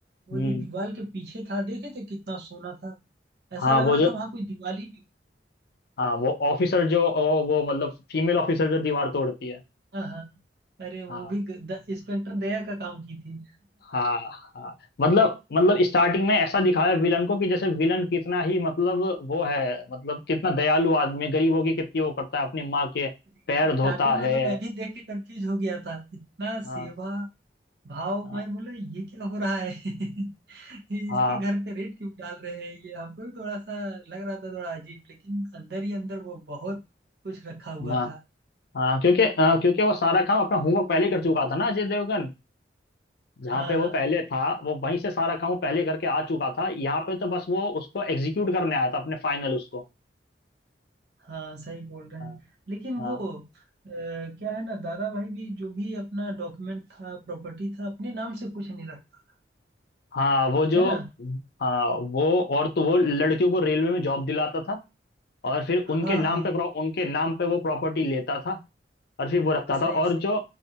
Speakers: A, on the right; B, on the left.
A: वो
B: हम्म
A: जो दीवार के पीछे था देखे थे कितना सोना था ऐसा
B: हाँ
A: लग
B: वो
A: रहा
B: जो
A: था वहां कोई दीवार ही नहीं
B: हाँ वो ऑफिसर जो ओ, वो मतलब फीमेल ऑफिसर जो दीवार तोड़ती है
A: हाँ हाँ अरे वो
B: हाँ,
A: भी ग- द- इंस्पेक्टर दया का काम की थी
B: हाँ हाँ मतलब मतलब स्टार्टिंग में ऐसा दिखाया विलन को कि जैसे विलन कितना ही मतलब वो है मतलब कितना दयालु आदमी है गरीबों की कितनी वो करता है अपनी माँ के
A: <laughs>
B: पैर
A: स्टार्टिंग
B: धोता
A: में
B: है
A: तो मैं भी देख के कंफ्यूज हो गया था इतना
B: हाँ
A: सेवा भाव
B: हाँ
A: मैं बोला ये क्या हो रहा है <laughs> इसके
B: हाँ
A: घर पे रेड क्यों डाल रहे हैं ये हमको भी थोड़ा सा लग रहा था थोड़ा अजीब लेकिन अंदर ही अंदर वो बहुत कुछ रखा हुआ
B: हाँ
A: था
B: हाँ क्योंकि हाँ, क्योंकि वो सारा काम अपना होमवर्क पहले कर चुका था ना अजय देवगन जहाँ
A: हाँ
B: पे
A: हाँ
B: वो पहले था वो वहीं से सारा काम वो पहले करके आ चुका था यहाँ पे तो बस वो उसको एग्जीक्यूट करने आया था अपने फाइनल उसको
A: हाँ सही बोल रहे
B: हाँ
A: हैं लेकिन
B: हाँ
A: वो अ, क्या है ना दादा भाई भी जो भी अपना डॉक्यूमेंट था प्रॉपर्टी था अपने नाम से कुछ नहीं रखता
B: हाँ, वो जो
A: है ना
B: हाँ वो और तो वो लड़कियों को रेलवे में जॉब दिलाता था और फिर
A: हाँ
B: उनके नाम
A: हाँ
B: पे
A: हाँ।
B: प्रॉ- उनके नाम पे वो प्रॉपर्टी लेता था और फिर वो रखता
A: सही
B: था और
A: सही
B: जो